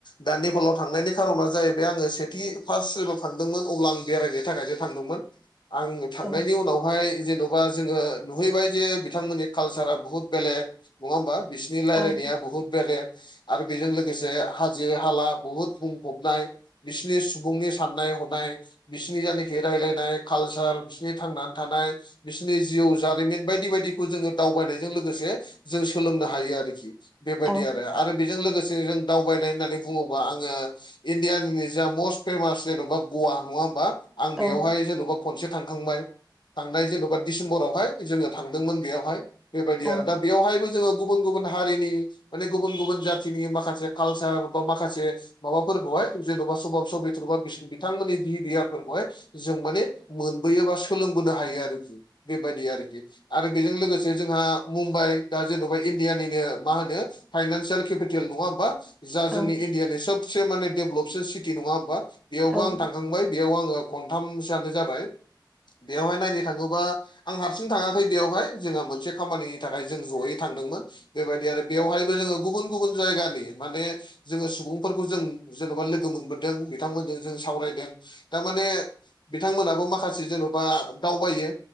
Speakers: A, on the left; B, in the centre.
A: दा नेपालाव थांनायनि खारना जाहैबाय आङो सेथि फार्स्ट जेब्ला थांदोंमोन अब्ला आं बेरायनो थाखायसो थांदोंमोन आङो
B: औ
A: थांनायनि उनाव जेन'बा जोङो नुहैबाय जे बिथांमोननि कालसारा बुहुत बेलेग नङा होमबा बिसिनि रायलायनाया
B: औ
A: बुहुत बेलेग आरो बेजों लोगोसे हाजो हाला बुहुद बुंफबनाय बिसिनि सुबुंनि साननाय हनाय बिसिनि जायनाखि रायलायनाय कालसार बिसिनि थांना थानाय बिसोरनि जिउ जारिमिन बायदि बायदिखौ जोङो दावबायनायजों लोगोसे जों सोलोंनो हायो आरोखि बेबायदि
B: औ
A: आरो आरो बेजों लोगोसे जों दावबायनाय होननानै बुङोबा आङो इण्डियानि जा मस्ट फेमास जेन'बा गवा नङा होमबा आं
B: औ
A: बेयावहाय जेन'बा खनसे थांखांबाय थांनाय जेन'बा डिसेम्बरावहाय जोङो थांदोंमोन बेयावहाय बेबायदि
B: औ
A: आरो दा बेवहायबो जोङो गुबुन गुबुन हारिनि माने गुबुन गुबुन जाथिनि माखासे कालसार बा माखासे माबाफोरखौहाय जेन'बा सभाब सबिथ्रबा बिथांमोननि बिहेभियारफोरखौहाय जों माने मोनबोयोबा सोलोंबोनो हायो आरोखि बेबायदि आरोखि आरो बेजों लोगोसे जोंहा मुम्बाइ दा जेन'बा इण्डियानिनो मा होनो फाइनान्सियेल केपिटेल नङा होमबा जा जोंनि
B: औ
A: इण्डियानि सबसे माने डेभलपसो सिटि नङा होमबा बेयावबो
B: औ औ
A: आं थांखांबाय बेयाव आङो खनथामसोआनो जाबाय बेवहाय नायनो थाङोबा आं हारसिं थाङाखै बेयावहाय जोङो मोनसे खामानिनि थाखाय जों ज'यै थांदोंमोन बेबायदि आरो बेवहायबो जोङो गुबुन गुबुन जायगानि माने जोङो सुबुंफोरखौ जों जेन'बा लोगो मोनबोदों बिथांमोनजों जों सावरायदों थारमाने बिथांमोनाबो माखासे जेन'बा दावबायो